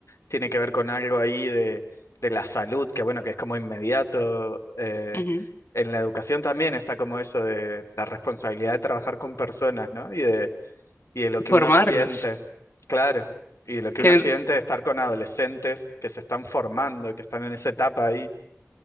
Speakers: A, on the left; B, on the left.
A: tiene que ver con algo ahí de, de la salud, que bueno, que es como inmediato. eh,
B: ujú,
A: en la educación también está como eso de la responsabilidad de trabajar con personas, ¿no? Y de, y de lo que
B: formarlos.
A: uno siente, claro. Y de lo que
B: Que,
A: uno siente de estar con adolescentes que se están formando, que están en esa etapa ahí.